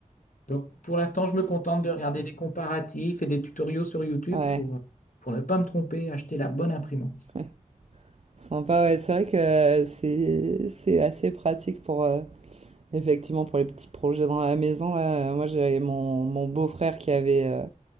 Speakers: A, on the left (about 75°); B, on the right (about 50°).
A: Donc, pour l'instant, je me contente de regarder des comparatifs et des tutoriaux sur YouTube
B: Ouais,
A: pour, pour ne pas me tromper et acheter la bonne imprimante.
B: ouais. <laughs> Sympa, ouais. C'est vrai que euh, c'est c'est assez pratique pour euh, effectivement pour les petits projets dans la maison là. Euh, Moi j'avais mon, mon beau-frère qui avait euh,